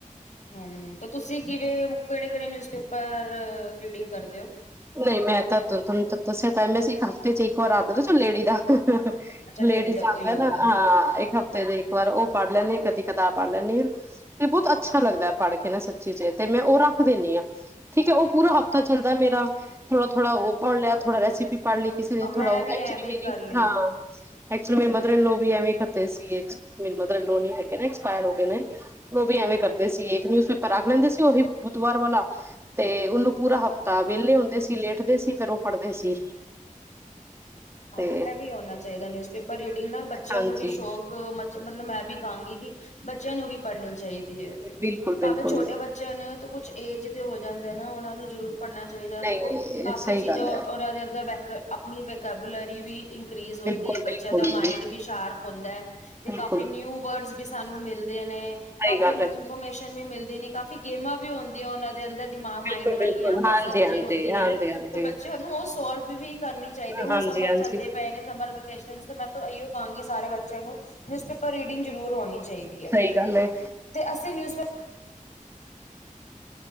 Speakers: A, on the left; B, on the right.
A: ਹਂ ਤੁਸੀਂ ਕਿਵੇਂ, ਕਿਹੜੇ ਕਿਹੜੇ ਨਿਊਜ਼ਪੇਪਰ ਰੀਡਿੰਗ ਕਰਦੇ ਓ?
B: ਨਹੀਂ ਮੈਂ ਤਾਂ ਤੁ ਤੁਹਾਨੂੰ ਦ ਦੱਸਿਆ ਤਾਂ ਮੈਂ ਇੱਕ ਹਫ਼ਤੇ ਚ ਇੱਕ ਵਾਰ ਰਾ ਆ ਲੇਡੀ ਦਾ
A: ਅੱਛਾ
B: ਲੇਡੀਜ਼
A: ਲੇਡੀ ਦਾ
B: ਆਉਂਦਾ
A: ਉਹੀਓ ਵਾਲਾ
B: ਨਾ, ਹਾਂ ਇੱਕ ਹਫ਼ਤੇ ਦੇ ਇੱਕ ਵਾਰ ਉਹ ਪੜ੍ਹ ਲੈਂਣੀ ਆ ਕਦੀ ਕਿਤਾਬ ਪੜ੍ਹ ਲੈਂਣੀ ਤੇ ਬਹੁਤ ਅ ਅੱਛਾ ਲੱਗਦਾ ਐ ਪੜ੍ਹ ਕੇ ਨਾ ਸੱਚੀ ਜੇ ਤੇ ਮੈਂ ਉਹ ਰਾ ਦਿੰਦੀ ਹਾਂ ਠੀਕ ਐ ਉਹ ਪੂਰਾ ਹਫ਼ਤਾ ਚੱਲਦਾ ਮੇਰਾ ਥੋੜਾ-ਥੋੜਾ ਉਹ ਪੜ ਲਿਆ, ਥੋੜਾ ਰੈਸੀਪੀ ਵੀ ਪੜ੍ਹ ਲਈ ਕਿਸੇ ਨੇ
A: ਮੈਂ
B: ਥੋੜਾ ਉਹ
A: ਵੀ
B: ਐਕਚੁਲੀ
A: ਐਵੇਂ ਹੀ
B: ਮੇਰੀ
A: ਕਰ ਲੈਣਾ
B: ਹਾਂ ਐਕਚੁਲੀ ਮੇਰੀ ਮਦਰ ਇੰਨਲਾਅ ਵੀ ਇਵੇਂ ਕਰਦੇ ਸੀ ਇਚ ਮੇਰੀ ਮਦਰ ਇੰਨਲਾਅ ਨਈਂ ਹੇਗੇ, ਏਕਸਪਾਇਰ ਹੋ ਗਏ ਨੇ, ਉਹ ਵੀ ਐਵੇਂ ਕਰਦੇ ਸੀ ਇੱਕ ਨਿਊਜ਼ ਪੇਪਰ ਰਖ ਲੈਂਦੇ ਸੀ ਉਹੀ ਬੁੱਧਵਾਰ ਵਾਲਾ, ਤੇ ਉਹਨੂੰ ਪੂਰਾ ਹਫ਼ਤਾ ਵਿਹਲੇ ਹੋ ਸੀ ਲੇਟਦੇ ਸੀ ਫਿਰ ਉਹ ਪੜ੍ਹਦੇ ਸੀ
A: ਹਾਂ
B: ਤੇ
A: ਇਹ ਵੀ ਹੋਣਾ ਚਾਹੀਦਾ ਨਿਊਜ਼ਪੇਪਰ ਰੀਡਿੰਗ ਨਾ ਬੱਚਿਆਂ
B: ਹਾਂਜੀ
A: ਨੂੰ ਵੀ ਸ਼ੌਕ ਮਚ ਮਤਲਬ ਮੈਂ ਵੀ ਕਹਾਂਗੀ ਕਿ ਬੱਚਿਆਂ ਨੂੰ ਵੀ ਪੜ੍ਹਨੀ ਚਾਹੀ ਦੀ ਏ,
B: ਬਿਲਕੁਲ
A: ਭਾਵੇਂ
B: ਬਿਲਕੁਲ
A: ਛੋਟੇ ਬੱਚਿਆਂ ਨੇ ਹੋ ਕੁੱਛ ਏਜ ਦੇ ਹੋ ਜਾਂਦੇ ਆ ਨਾ ਉਹਨਾਂ ਨੂੰ ਜ਼ਰੂਰ ਪੜ੍ਹਨਾ ਚਾਹੀਦਾ
B: ਨਹੀਂ
A: ਦੇਖੋ ਕਾਫ਼ੀ
B: ਸਹੀ
A: ਚੀਜ਼ਾਂ
B: ਗੱਲ ਹੈ
A: ਉਹਨਾਂ ਦੇ ਅੰਦਰ ਵੇਕ ਆਪਣੀ ਵੇਕ ਕੈਬਲਰੀ ਵੀ ਇਂ ਇੰਕਰੀਜ ਹੁੰਦੀ
B: ਬਿਲਕੁਲ
A: ਐ, ਬੱਚਿਆਂ
B: ਬਿਲਕੁਲ
A: ਦਾ ਮਾਇੰਡ ਵੀ ਸ਼ਾਰਪ ਹੁੰਦਾ ਐ ਤੇ
B: ਬਿਲਕੁਲ
A: ਕਾਫੀ ਨਿਊ ਵਰਡਸ ਵੀ ਸਾਨੂੰ ਮਿਲਦੇ ਨੇ
B: ਸਹੀ
A: ਕਾਫੀ
B: ਗੱਲ
A: ਇਨਫੋਰਮੇਸ਼ਨ
B: ਹੈ
A: ਵੀ ਮਿਲਦ ਨਈਂ ਕਾਫ਼ੀ ਗੇਮਾਂ ਵੀ ਹੰਦੀਆਂ ਉਹਨਾਂ ਦੇ ਅੰਦਰ ਦਿਮਾਗ ਮਾਇਂਡ
B: ਬਿਲਕੁਲ
A: ਵਾਲੀਆ
B: ਬਿਲਕੁਲ
A: ਪਜਲ
B: ਹਾਂਜੀ ਹਾਂਜੀ
A: ਜਿ ਹੁੰਦੀ ਐ
B: ਹਾਂਜੀ ਹਾਂਜੀ
A: ਤੇ ਬੱਚਿਆਂ ਨੂੰ ਉਹ ਸੋਲਵ ਵੀ ਕਰਨੀ ਚਾਹੀਦੀ। ਹੁਣ
B: ਹਾਂਜੀ
A: ਸਮਰ
B: ਹਾਂਜੀ
A: ਚੱਲਦੇ ਪਏ ਨੇ, ਸਮਰ ਵੈਕੇਸ਼ਨ ਤੇ ਮੈਂ ਤੋਂ ਇਹੀਓ ਕਹਾਂਗੀ ਸਾਰੇ ਬਚ ਚਿਆਂ ਨੂੰ ਨਿਊਜ਼ਪੇਪਰ ਰੀਡਿੰਗ ਜ਼ਰੂਰ ਹੋਣੀ ਚਾਈਦੀ ਐ
B: ਸਹੀ ਗੱਲ ਹੈ
A: ਤੇ ਅਸੀਂ ਨਿਊਜ਼ਪੇਪਰ